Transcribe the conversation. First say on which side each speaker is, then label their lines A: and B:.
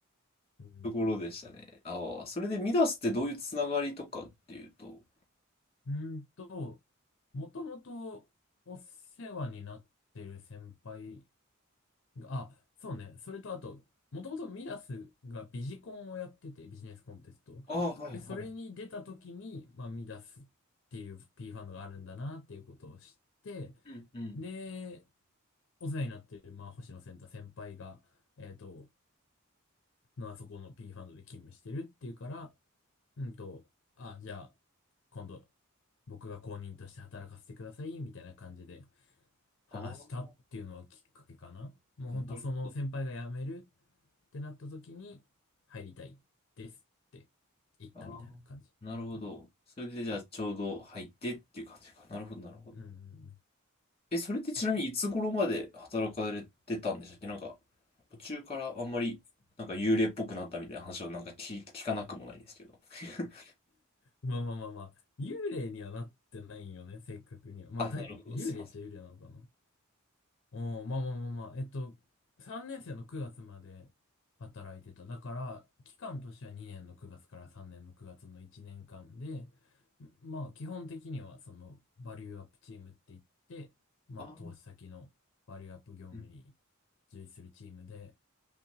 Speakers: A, on the left; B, on the left.
A: うん。
B: ところでしたね。ああ、それでミダスってどういうつながりとかっていうと。
A: うーんと、もともとお世話になってる先輩あ、そうね。それとあと、もともとミダスがビジコンをやってて、ビジネスコンテスト。
B: ああ、はいは
A: で、それに出た時に、まあ、ミダスっていう P ファンドがあるんだなっていうことを知って、
B: い。うんうん。
A: で、お世話になってる、まあ、星野仙太先輩が、えっと、のあそこの P ファンドで勤務してるっていうから、うんと、あ、じゃあ、今度、僕が公認として働かせてください、みたいな感じで話したっていうのはきっかけかな。
B: ああ、
A: もう本当その先輩が辞める
B: なるほど。
A: ってなった時に、入りたいですって言ったみたいな感じ。
B: ああ、なるほど。
A: うん。
B: それでじゃあちょうど入ってっていう感じか。なるほど、なるほど。
A: うんうん
B: え、それってちなみにいつ頃まで働かれてたんでしたっけなんか、
A: まさに。
B: 途中からあんまり、なんか幽霊っぽくなったみたいな話をなんか聞聞かなくもないんですけど。<laughs>
A: まあまあまあまあ、幽霊にはなってないよね、正確には。まあ、
B: あ、なるほど、
A: だ幽霊っちゃ幽霊なのかな。
B: すいません。
A: おー、まあまあまあまあ、えっと、3年生の9月まで働いてた。だから、期間としては2年の9月から3年の9月の1年間で、まあ、基本的には、その、バリューアップチームって言って、まあ、
B: あ、
A: 投資先のバリューアップ業務に
B: うん。
A: 従事するチームで、